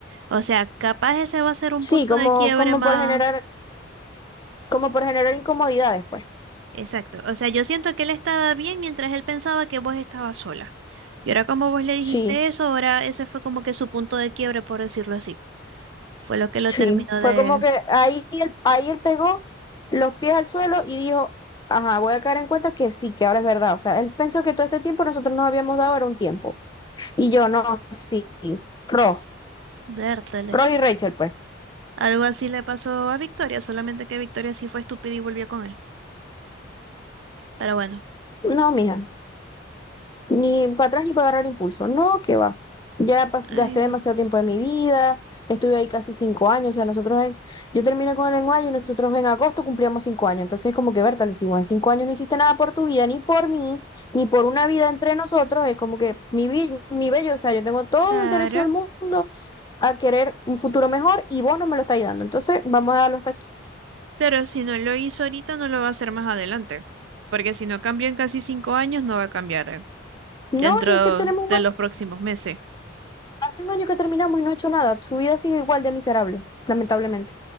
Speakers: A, on the right; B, on the left.
A: O sea, capaz ese va a ser un
B: Sí,
A: punto
B: como,
A: de quiebre
B: como
A: más.
B: por generar, como por generar incomodidades, pues.
A: Exacto. O sea, yo siento que él estaba bien mientras él pensaba que vos estabas sola. Y ahora como vos le dijiste
B: Sí.
A: eso, ahora ese fue como que su punto de quiebre, por decirlo así. Fue lo que lo
B: Sí,
A: terminó
B: fue
A: de,
B: como que ahí él, ahí él pegó los pies al suelo y dijo, ajá, voy a caer en cuenta que sí, que ahora es verdad. O sea, él pensó que todo este tiempo nosotros nos habíamos dado era un tiempo. Y yo, no, sí, Ross,
A: de hartar.
B: Ross y Rachel, pues.
A: Algo así le pasó a Victoria, solamente que Victoria sí fue estúpida y volvió con él. Pero bueno,
B: No, mija. Ni para atrás ni para agarrar impulso. No, que va. Ya pas- gasté
A: ay no.
B: demasiado tiempo de mi vida, estuve ahí casi cinco años. O sea, nosotros en, yo terminé con el lenguaje y nosotros en agosto cumplíamos cinco años. Entonces, como que, Berta, le decimos, en cinco años no hiciste nada por tu vida, ni por mí, ni por una vida entre nosotros. Es como que mi, bi- mi bello, o sea, yo tengo todo
A: Claro,
B: el derecho del mundo a querer un futuro mejor y vos no me lo estáis dando. Entonces, vamos a darlo hasta aquí.
A: claro, si no lo hizo ahorita, no lo va a hacer más adelante. Porque si no cambió en casi cinco años, no va a cambiar eh,
B: No,
A: dentro
B: y es que tenemos
A: de
B: un año-
A: los próximos meses.
B: hace un año que terminamos y no he hecho nada. Su vida sigue igual de miserable, lamentablemente.